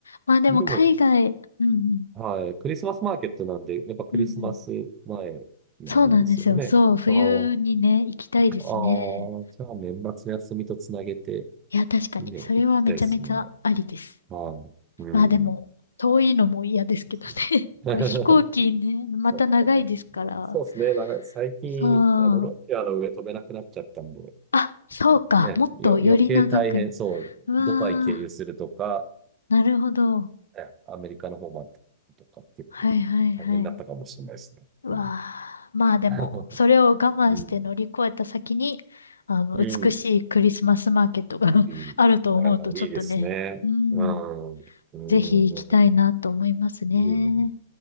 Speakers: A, on the left; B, on the right.
A: まあでも海外、
B: でも、
A: うんうん、
B: はい。クリスマスマーケットなんで、やっぱクリスマス前なんですよね。
A: うんうん。そうなんですよ。そう、冬にね、
B: ああ。
A: 行きたいですね。
B: ああ、じゃあ年末休みとつなげて、
A: いや、確かに、
B: いいね、
A: それはめちゃめちゃありです。
B: 行きたいですね。ああ、うん。
A: まあでも、遠いのも嫌ですけどね。
B: ですね
A: <laughs>
B: <laughs>
A: こう飛行機ね、また長いですから。
B: そっか。まあ、そうですね。なんか最近、
A: そ
B: あの、ロシアの上飛べなくなっちゃったんで、
A: う。あ、そうか。
B: ええ、
A: もっとより長く。
B: よ、余計大変そう。
A: うわー。
B: ドバイ経由するとか、
A: なるほど。
B: ええ、アメリカの方までとか、結構大変だったかもしれないですね。
A: はいはいはい。うわあ、
B: うん。
A: まあでも、
B: <laughs>
A: それを我慢して乗り越えた先に、
B: うん。
A: あの、
B: うん。
A: 美しいクリスマスマーケットが <laughs>
B: うんああいいですね。
A: あると思うと、ちょっとね、うん、
B: うん。う
A: ぜひ行きたいなと思いますね。
B: ん。いいな。